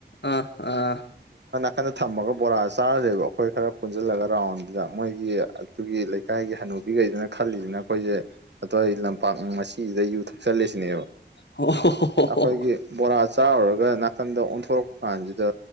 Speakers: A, on the left; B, on the right.
A: ꯑ ꯑꯥ
B: ꯀꯟꯅ ꯊꯝꯃꯒ ꯕꯣꯔꯥ ꯆꯥꯔꯁꯦꯕ ꯑꯩꯈꯣꯏ ꯈꯔ ꯄꯨꯟꯁꯤꯜꯂꯒ ꯔꯥꯎꯟꯗꯨꯗ ꯃꯣꯏꯒꯤ ꯑꯗꯨꯒꯤ ꯂꯩꯀꯥꯏꯒꯤ ꯍꯅꯨ ꯈꯩꯗꯅ ꯈꯜꯂꯤꯁꯤꯅ ꯑꯩꯈꯣꯏꯁꯦ ꯑꯇꯧꯋꯥꯏ ꯂꯝꯄꯥꯛ ꯃꯁꯤꯁꯤꯗ ꯌꯨ ꯊꯛꯆꯜꯂꯁꯤꯅꯦꯕ
A: ꯑꯣ
B: ꯑꯩꯈꯣꯏꯒꯤ ꯕꯣꯔꯥ ꯆꯥꯔꯨꯔꯒ ꯅꯥꯀꯟꯗ ꯑꯣꯟꯊꯣꯔꯛꯄ ꯀꯥꯟꯁꯤꯗ